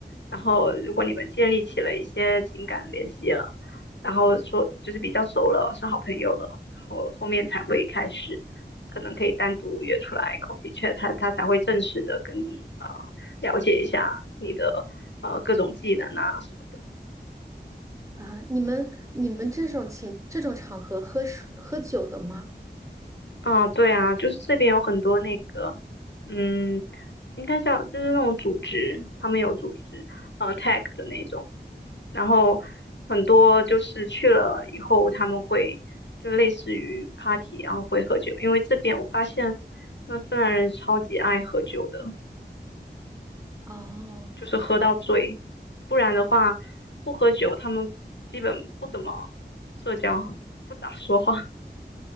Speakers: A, on the left; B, on the right.
A: 然后如果你们建立起了一些情感联系了，然后说就是比较熟了，是好朋友了，然后后面才会开始，可能可以单独约出来 coffee chat，他他才会正式的跟你呃了解一下你的呃各种技能啊什么的。
B: 啊，你们你们这种情这种场合喝水喝酒的吗？
A: 啊，对啊，就是这边有很多那个，嗯，应该叫就是那种组织，他们有组织，呃，tag 的那种，然后很多就是去了以后，他们会就类似于 party，然后会喝酒，因为这边我发现他们芬兰人超级爱喝酒的，
B: 哦。
A: 就是喝到醉，不然的话不喝酒，他们基本不怎么社交，不咋说话，